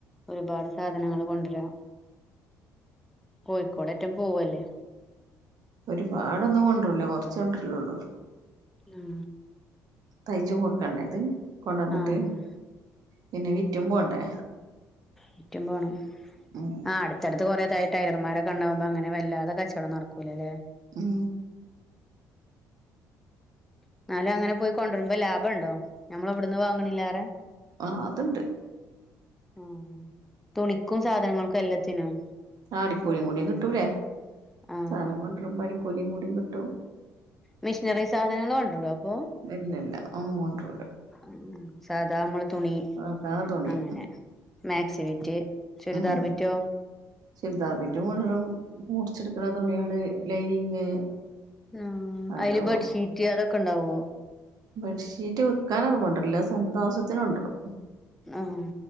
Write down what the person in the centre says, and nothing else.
ഒരുപാട് സാധനങ്ങൾ കൊണ്ടരാ കോഴിക്കോടെറ്റം പോവല്ലേ?
ഉം
ആഹ്
വിറ്റും പോണം
ആഹ് ആട്. ത്തട്ത് കൊറേ ടൈലർമാരൊക്കെ ഇണ്ടാക്മ്പോ അങ്ങനെ വല്ലാതെ കച്ചോടം നടക്കൂല്ല ല്ലേ?
ഇന്നാലും അങ്ങനെ പോയി കൊണ്ട രുമ്പോ ലാഭ ഇണ്ടോ. ഞമ്മളെ ഇവിടന്ന് വാങ്ങ്ണില്ലാറെ?
ഉം തുണിക്കും സാധനങ്ങൾക്കും എല്ലത്തിനും.
ആഹ്
മിഷിനറി സാധനങ്ങള് കൊണ്ട രോ അപ്പൊ?
ഉം സാദാ അമള്. തുണി
അങ്ങനെ മാക്സി ബിറ്റ് ചുരിദാർ
ബിറ്റോ?
ആഹ്
അയില് ബെഡ്ഷീറ്റ് അതൊക്കെ ഇണ്ടാവോ?
അം